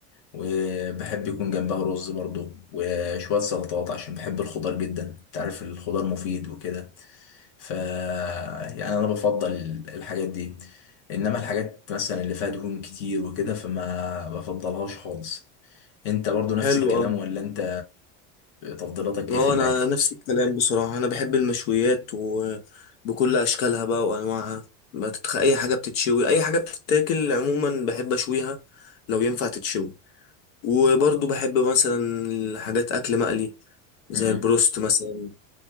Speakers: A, on the left; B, on the left.
A: وبحب يكون جنبها رز برضو وشوية سلطات عشان بحب الخضار جدا انت عارف الخضار مفيد وكده ف يعني انا بفضل الحاجات دي انما الحاجات مثلا اللي فيها دهون كتير وكده فما بفضلهاش خالص انت برضو نفس
B: حلو
A: الكلام
B: أوي.
A: ولا انت تفضيلاتك
B: اه
A: ايه في الاكل
B: انا نفس الكلام بصراحة انا بحب المشويات وبكل اشكالها بقى وانواعها بتتخ... اي حاجة بتتشوي اي حاجة بتتاكل عموما بحب اشويها لو ينفع تتشوي وبرضو بحب مثلا حاجات اكل مقلي زي
A: امم
B: البروست مثلا